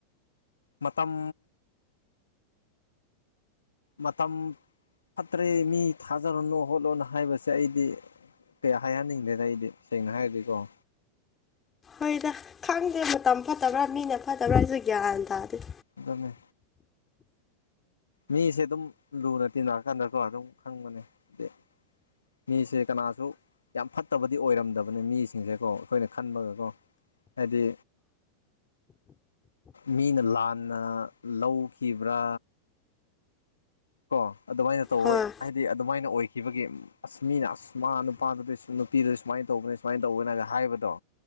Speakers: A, on the left; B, on the left.
A: ꯃꯇꯝ ꯃꯇꯝ ꯐꯠꯇ꯭ꯔꯦ ꯃꯤ ꯊꯥꯖꯔꯅꯨ ꯍꯣꯠꯂꯅ ꯍꯥꯏꯕꯁꯦ ꯑꯩꯗꯤ ꯀꯩꯌꯥ ꯍꯥꯏꯍꯅꯤꯡꯗꯦ ꯍꯥꯏ ꯑꯩꯏꯗꯤ ꯁꯦꯡꯅ ꯍꯥꯏꯔꯗꯤꯀꯣ
B: ꯍꯣꯏꯗ ꯈꯪꯗꯦ ꯃꯇꯝ ꯐꯠꯇꯕ꯭ꯔꯥ ꯃꯤꯅ ꯐꯠꯇꯕ꯭ꯔꯥ ꯍꯥꯏꯁꯨ ꯒ꯭ꯌꯥꯟ ꯇꯥꯗꯦ
A: ꯑꯗꯨꯝꯅꯤ ꯃꯤꯁꯦ ꯑꯗꯨꯝ ꯂꯨꯅ ꯇꯤꯟꯅꯔꯀꯥꯟꯗꯀꯣ ꯑꯗꯨꯝ ꯈꯪꯕꯅꯦ ꯍꯥꯏꯗꯤ ꯃꯤꯁꯦ ꯀꯅꯥꯁꯨ ꯌꯥꯝ ꯐꯠꯇꯕꯗꯤ ꯑꯣꯏꯔꯝꯗꯕꯅꯦ ꯃꯤꯁꯤꯡꯁꯦꯀꯣ ꯑꯩꯈꯣꯏꯅ ꯈꯟꯕꯒꯀꯣ ꯍꯥꯏꯗꯤ ꯃꯤꯅ ꯂꯥꯟꯅ ꯂꯧꯈꯤꯕ꯭ꯔꯥ ꯀꯣ ꯑꯗꯨꯃꯥꯏꯅ ꯇꯧꯋꯦ
B: ꯍꯣꯏ
A: ꯍꯥꯏꯗꯤ ꯑꯗꯨꯃꯥꯏꯅ ꯑꯣꯏꯈꯤꯕꯒꯤ ꯑꯁ ꯃꯤꯅ ꯑꯁ ꯃꯥ ꯅꯨꯄꯥꯗꯨꯗ ꯅꯨꯄꯤꯗꯨ ꯁꯨꯃꯥꯏꯅ ꯇꯧꯕꯅꯤ ꯁꯨꯃꯥꯏꯅ ꯇꯧꯕꯅꯒ ꯍꯥꯏꯕꯗꯣ